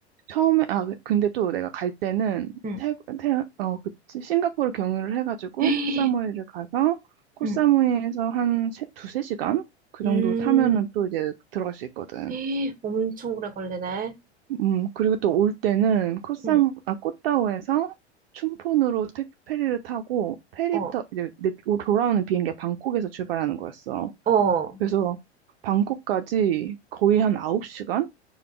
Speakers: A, on the right; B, on the right.
A: 처음에 아 그, 근데 또 내가 갈 때는
B: 응.
A: 태, 태, 어, 그 싱가포르 경유를 해가지고
B: <gasps>
A: 코사무이를 가서 코사무이에서
B: 응.
A: 한 세, 두세 시간 그
B: 음,
A: 정도 타면은 또 이제 들어갈 수 있거든.
B: 에이, 엄청 오래 걸리네.
A: 음 그리고 또 올 때는 코사무
B: 응,
A: 아 꽃다오에서 춘폰으로 택, 페리를 타고 페리부터
B: 어,
A: 이제 내- 돌아오는 비행기가 방콕에서 출발하는 거였어.
B: 어.
A: 그래서 방콕까지 거의 한 아홉 시간